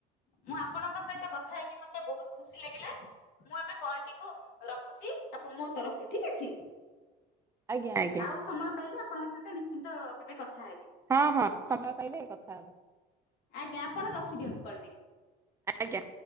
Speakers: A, on the left; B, on the right.
A: ମୁଁ ଆପଣଙ୍କ ସହିତ କଥା ହେଇକି ମତେ ବହୁତ ଖୁସି ଲାଗିଲା। ମୁଁ ଏବେ କଲ ଟିକୁ ରଖୁଛି ଆପ ମୋ ତରଫରୁ ଠିକ ଅଛି।
B: ଆଜ୍ଞା ଆଜ୍ଞା
A: ଆଉ ସମୟ ପାଇଲେ ଆପଣଙ୍କ ସହିତ ନିଶ୍ଚିନ୍ତ କେବେ କଥା ହେବି।
B: ହଁ ହଁ ସମୟ ପାଇଲେ କଥା ହେବେ।
A: ଆଜ୍ଞା ଆପଣ ରଖିଦିଅନ୍ତୁ କଲ୍ ଟି।
B: ଆଜ୍ଞା।